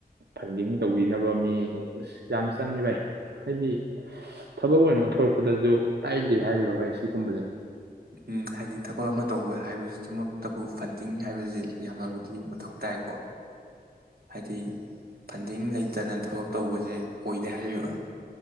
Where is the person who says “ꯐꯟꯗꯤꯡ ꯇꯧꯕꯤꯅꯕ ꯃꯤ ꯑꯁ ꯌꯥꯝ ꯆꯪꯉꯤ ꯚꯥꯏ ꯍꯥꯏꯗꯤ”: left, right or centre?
Right